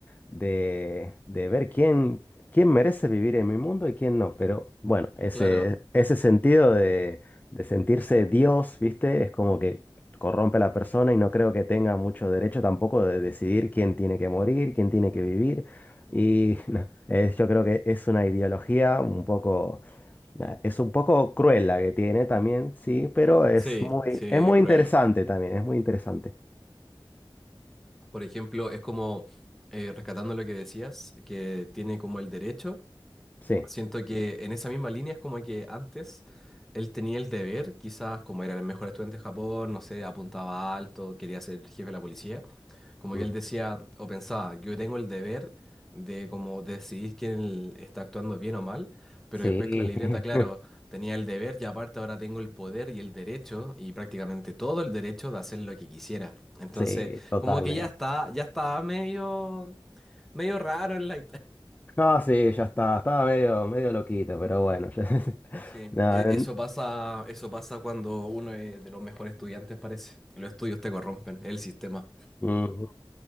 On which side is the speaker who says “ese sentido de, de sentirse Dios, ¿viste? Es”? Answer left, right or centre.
Left